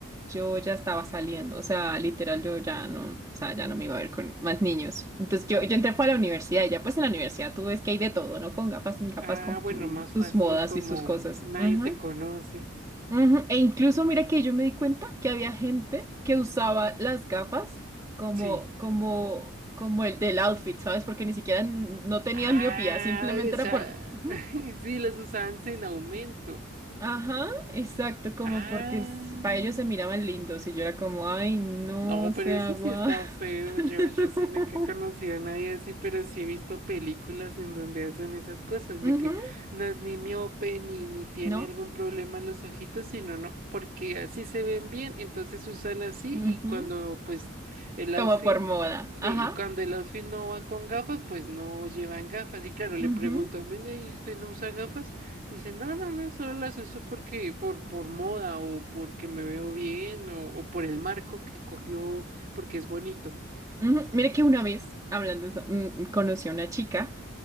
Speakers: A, on the right; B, on the right.
A: yo ya estaba saliendo. O sea, literal, yo ya no, o sea, ya no me iba a ver con más niños. Entonces
B: sí.
A: yo, yo entré fue a la universidad y ya pues en la universidad tú ves que hay de todo, ¿no? Con gafas, sin gafas,
B: Ah,
A: con
B: bueno,
A: mm,
B: más
A: sus
B: fácil
A: modas
B: como
A: y sus cosas.
B: nadie
A: Ajá.
B: te conoce.
A: Ujú, E incluso mira que yo me di cuenta que había gente que usaba las gafas como,
B: Sí.
A: como, como el del outfit, ¿sabes? Porque ni siquiera n- no tenían
B: Ah,
A: miopía, simplemente
B: o sea,
A: era por... ujú,
B: <laughs> sí, las usaban sin aumento.
A: Ajá, exacto, como
B: Ah,
A: porque s- para ellos se miraban lindos y yo era como, ay, no,
B: No, pero
A: se
B: eso
A: agua.
B: sí está feo.
A: <laughs>
B: Yo, yo sí nunca he conocido a nadie así, pero sí he visto películas en donde hacen esas cosas, de
A: Ujú,
B: que no es ni miope ni, ni tiene
A: ¿No?
B: algún problema en los ojitos, sino no, porque así se ven bien, entonces usan así
A: ujú,
B: y cuando pues el outfit,
A: Como por moda,
B: sí,
A: ajá.
B: y cuando el outfit no va con gafas, pues no llevan gafas. Y claro, le
A: ujú,
B: preguntan, venga, ¿y usted no usa gafas? Dicen, no, no, no, solo las uso porque por, por moda o porque me veo bien o, o por el marco que cogió porque es bonito.
A: ujú. Mira que una vez, hablando de eso, mm, conocí a una chica